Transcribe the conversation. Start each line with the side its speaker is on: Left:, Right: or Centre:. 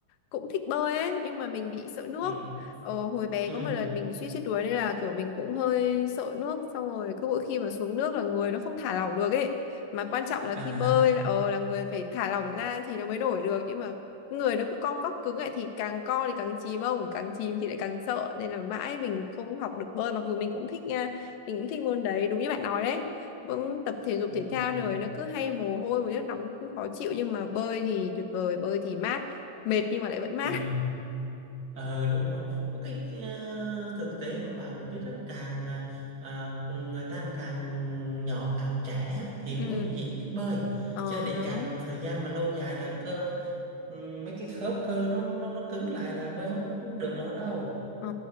Left: cũng thích bơi ấy nhưng mà mình bị sợ nước
Right: ừ
Left: ờ, hồi bé
Right: ừ
Left: có một lần mình suýt chết đuối nên là kiểu mình cũng hơi sợ nước xong rồi cứ mỗi khi mà xuống nước là người nó không thả lỏng được ấy mà quan trọng
Right: <laughs>
Left: là
Right: à
Left: khi bơi là, ờ, là người phải thả lỏng ra thì nó mới nổi được nhưng mà người nó cứ co cóc cứng lại thì càng co thì càng chìm ông càng chìm thì lại càng sợ nên là mãi mình không học được bơi mặc dù mình cũng thích nha mình cũng thích môn đấy đúng như bạn nói đấy cũng tập thể dục
Right: đúng
Left: thể thao
Right: rồi
Left: này nó cứ hay mồ hôi một nước nóng cũng khó chịu nhưng mà bơi thì tuyệt vời bơi thì mát mệt nhưng mà lại vẫn mát
Right: ừ Ờ đúng rồi. có cái, cái, ờ, thực tế mà bạn cũng biết đó, càng ờ, người ta mà càng nhỏ càng trẻ thì
Left: <laughs>
Right: mới
Left: ừ
Right: dễ biết bơi.
Left: ờ
Right: Chứ để
Left: đúng
Right: càng thời gian mà lâu dài là cơ ừm, mấy cái khớp cơ nó nó nó cứng lại là bơi không, không được đâu đâu.
Left: ờ,